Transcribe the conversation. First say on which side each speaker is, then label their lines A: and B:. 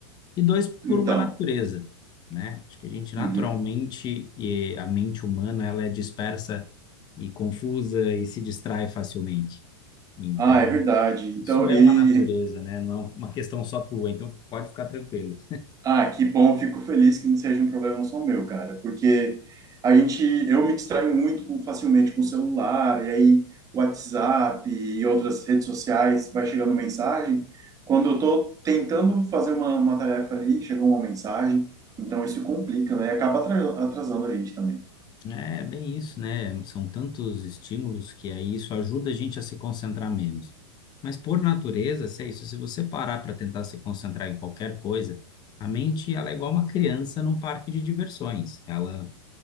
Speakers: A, on the left (about 25°); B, on the right (about 20°).
A: e dois, por
B: Então,
A: uma natureza, né? Acho que a gente naturalmente,
B: uhum.
A: e a mente humana, ela é dispersa e confusa e se distrai facilmente. Então,
B: Ah, é verdade.
A: isso
B: Então,
A: é
B: e
A: uma natureza, né? Não é uma questão só tua, então pode ficar tranquilo.
B: ah, que bom, fico feliz que não seja um problema só meu, cara, porque a gente eu me distraio muito com, facilmente com o celular, e aí WhatsApp e outras redes sociais vai chegando mensagem. Quando eu tô tentando fazer uma, uma tarefa ali, chega uma mensagem, então isso complica, né? E acaba atra- atrasando a gente também.
A: É bem isso, né? São tantos estímulos que aí isso ajuda a gente a se concentrar menos. Mas por natureza, se é isso, se você parar para tentar se concentrar em qualquer coisa, a mente ela é igual uma criança num parque de diversões. Ela